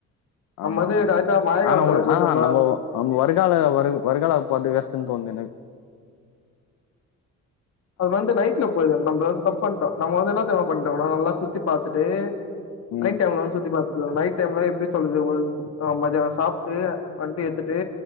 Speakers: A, on the left (about 55°); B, on the left (about 80°).
A: நம்ம
B: ஆமா
A: வந்து
B: ஆமா
A: கரெக்டா மழை காலத்துல
B: ஆனா உ
A: போயிட்டோம்ல
B: ஆ ஆ நம்ம வருகால வரு வருகால பாத்து வேஸ்ட்டுன் தோண்து எனக்
A: அது வந்து நைட்ல போய் <unintelligible> நம்ம வந்து தப் பண்ட்டோ நம்ம வந்து என்ன என்ன தெர்மா பண்ட்ருக்கனு நல்லா சுத்தி பாத்துட்டு
B: ம்
A: நைட் டைம்ல வந்து சுத்தி பாத் நைட் டைம்ல எப்டி சொல்றது ஒரு மத்யானோ சாப்ட்டு வண்டி ஏத்துட்டு